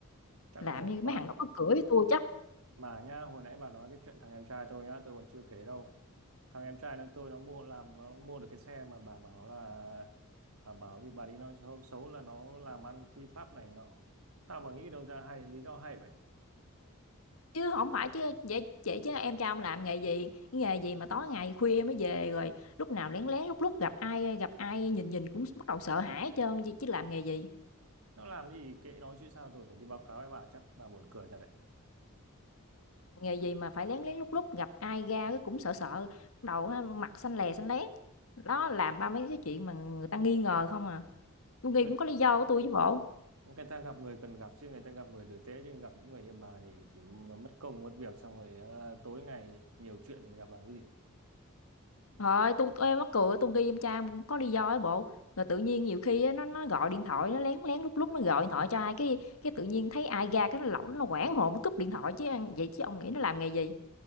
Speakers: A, on the right; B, on the left.
A: chắc
B: làm
A: là rảnh
B: như
A: quá
B: mấy thằng đó có cửa với tôi chắc,
A: Mà nhá, hồi nãy bà nói cái chuyện thằng em trai tôi nhá, tôi còn chưa kể đâu. Thằng em trai nó tôi nó mua làm nó mua được cái xe mà bà bảo là bà bảo vì bà đi nói xấu, xấu là nó làm ăn phi pháp này nọ. tao bà nghĩ đâu ra hay lý do hay vậy?
B: chứ không phải chứ vậy vậy chứ em trai ông làm nghề gì? Cái nghề gì mà tối ngày khuya mới về, rồi lúc nào lén lén lúc lúc gặp ai gặp ai nhìn nhìn cũng bắt đầu sợ hãi hết trơn, chứ chứ làm nghề gì?
A: Nó làm gì kệ nó chứ sao tôi phải đi báo cáo với bà chắc bà buồn cười thật đấy.
B: Nghề gì mà phải lén lén lút lút, gặp ai ra cái cũng sợ sợ, lúc đầu á mặt xanh lè xanh lét. Đó, làm ba mấy cái chuyện mà người ta nghi ngờ không à. tôi nghi
A: Người,
B: cũng có lý do của tôi chứ bộ.
A: người ta gặp người cần gặp chứ người ta gặp người tử tế chứ gặp những người như bà thì thì mà mất công mất việc xong rồi ờ, tối ngày nhiều chuyện thì gặp làm cái gì.
B: Trời tôi tui mắc cười, tôi nghi em trai em cũng có lý do ấy bộ. Rồi tự nhiên nhiều khi á, nó nó gọi điện thoại, nó lén lén lúc lúc nó gọi điện thoại cho ai, cái cái tự nhiên thấy ai ra cái nó lỏng nó hoảng hồn, nó cúp điện thoại chứ, ăn- vậy chứ ông nghĩ nó làm nghề gì?